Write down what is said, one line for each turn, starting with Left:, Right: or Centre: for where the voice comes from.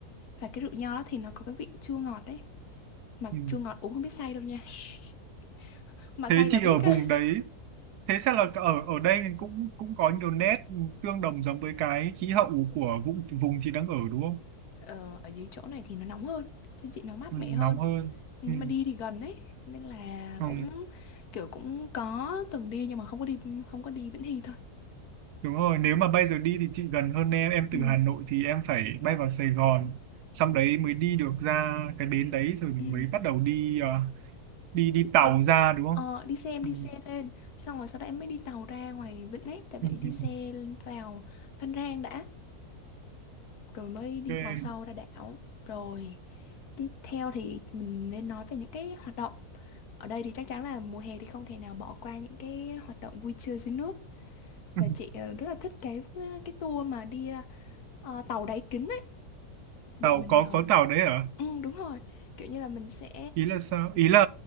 Left: Và cái rượu nho đó thì nó có cái vị chua ngọt đấy. Mà
Right: ừ.
Left: chua ngọt uống không biết say đâu nha. <laughs> Mà
Right: thế
Left: say là
Right: chị
Left: biết
Right: ở vùng
Left: á.
Right: đấy thế chắc là ở ở đây cũng cũng có nhiều nét tương đồng giống với cái khí hậu của vùng vùng chị đang ở đúng không
Left: Ờ, ở dưới chỗ này thì nó nóng hơn. Trên chị nó mát
Right: ừ,
Left: mẻ
Right: nóng
Left: hơn.
Right: hơn
Left: Nhưng
Right: ừ,
Left: mà đi thì gần đấy. Nên là
Right: ừ.
Left: cũng kiểu cũng có từng đi nhưng mà không có đi không có đi Vĩnh Hy thôi.
Right: Đúng rồi, nếu mà bây giờ đi thì chị gần hơn em, em
Left: Ừ.
Right: từ Hà Nội thì em phải bay vào Sài Gòn, xong đấy mới đi được ra cái bến đấy rồi mới
Left: Ừ.
Right: bắt đầu đi ờ, đi đi
Left: Đi
Right: tàu
Left: xe.
Right: ra đúng không?
Left: Ờ, đi xe em
Right: Ừ.
Left: đi xe lên. Xong rồi sau đó em mới đi tàu ra ngoài Vịnh ấy. Tại vậy
Right: Ừ.
Left: đi
Right: ừ.
Left: xe vào Phan Rang đã. rồi mới đi
Right: Ok.
Left: tàu sâu ra đảo rồi tiếp theo thì mình nên nói về những cái hoạt động ở đây thì chắc chắn là mùa hè thì không thể nào bỏ qua những cái hoạt động vui chơi dưới nước
Right: <laughs>
Left: và chị ờ, rất là thích cái cái tour mà đi ờ, tàu đáy kính ấy để
Right: Tàu
Left: mình
Right: có
Left: ờ,
Right: có tàu đấy hả?
Left: ừ, đúng rồi kiểu như là mình sẽ
Right: Ý là sao? Ý là